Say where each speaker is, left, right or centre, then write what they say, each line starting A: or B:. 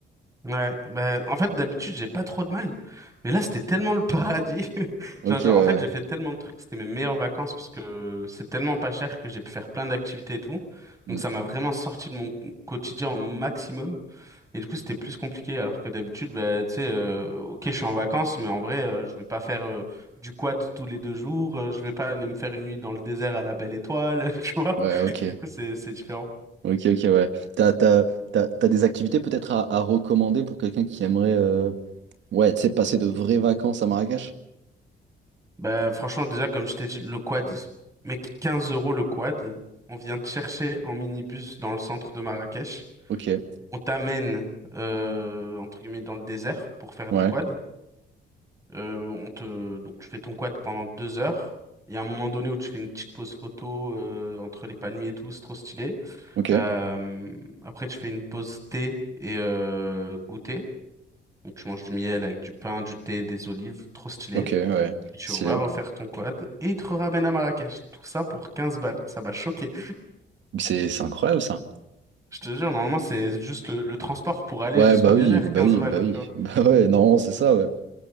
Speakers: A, on the right (about 15°); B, on the right (about 70°).
A: Ouais, bah, en fait, d'habitude, j'ai pas trop de mal. Mais là, c'était tellement le paradis. <laughs>
B: Ok,
A: Genre, genre,
B: ouais, ouais.
A: en fait, j'ai fait tellement de trucs. C'était mes meilleures vacances parce que c'est tellement pas cher que j'ai pu faire plein d'activités et tout. Donc,
B: Mm.
A: ça m'a vraiment sorti de mon quotidien au maximum. Et du coup, c'était plus compliqué, alors que d'habitude, bah, tu sais, euh, ok, je suis en vacances, mais en vrai, euh, je vais pas faire euh, du quad tous les deux jours, euh, je vais pas aller me faire une nuit dans le désert à la Belle Étoile, <laughs> tu vois.
B: Ouais, ok.
A: Du coup, c'est c'est différent.
B: Ok, ok, ouais. T'as, t'as, t'as, t'as des activités peut-être à, à recommander pour quelqu'un qui aimerait, euh, ouais, tu sais, passer de vraies vacances à Marrakech?
A: Bah, franchement, déjà, comme je t'ai dit, le quad, mec, 15 euros le quad, on vient te chercher en minibus dans le centre de Marrakech,
B: Ok,
A: on t'amène, euh, entre guillemets, dans le désert pour faire
B: ouais,
A: du quad. Euh, on te... Donc, tu fais ton quad pendant deux heures. Il y a un moment donné où tu fais une petite pause photo euh, entre les palmiers et tout, c'est trop stylé.
B: ok,
A: Euh, après, tu fais une pause thé et euh, goûter. Donc, tu manges du miel avec du pain, du thé, des olives, trop stylé.
B: ok, ouais.
A: Et tu
B: Stylé.
A: vas refaire ton quad et il te ramène à Marrakech. Tout ça pour 15 balles. Ça m'a choqué.
B: C'est, c'est incroyable ça.
A: Je te jure, normalement, c'est juste le, le transport pour aller
B: Ouais,
A: jusqu'au
B: bah
A: désert,
B: oui, bah
A: 15
B: oui,
A: balles,
B: bah oui.
A: tu vois.
B: <laughs> Bah ouais, non, c'est ça, ouais.